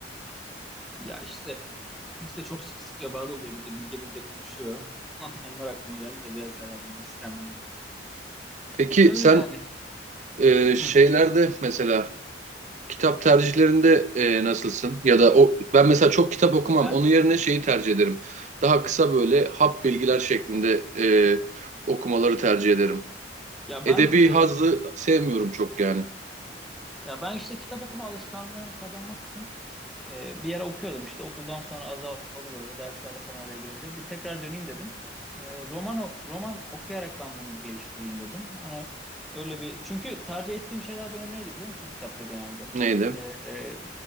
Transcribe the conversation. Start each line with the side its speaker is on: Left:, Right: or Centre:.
Centre: Ya işte kimse çok sıkı sıkıya bağlı oluyor. Bir de bilge bilge konuşuyor. <laughs> Onlar aklıma geldi de biraz herhalde ona sistemliyim.
Right: Peki
Centre: Öyle
Right: sen
Centre: yani.
Right: Ee, şeylerde
Centre: Hı.
Right: mesela kitap tercihlerinde e, nasılsın? Ya da o ben mesela çok kitap okumam.
Centre: Ben
Right: Onun yerine şeyi tercih ederim. Daha kısa böyle hap bilgiler şeklinde e, okumaları tercih ederim.
Centre: ya
Right: Edebi
Centre: ben e,
Right: hazzı sevmiyorum çok yani.
Centre: ya ben işte kitap okuma alışkanlığını kazanmak için Ee, bir ara okuyordum işte okuldan sonra azaldı böyle derslerle falan araya girince. Bir tekrar döneyim dedim. Ee, roman o- roman okuyarak ben bunu geliştireyim dedim. Hani öyle bir çünkü tercih ettiğim şeyler benim neydi biliyor musun kitapta genelde?
Right: Neydi?
Centre: Ee, e,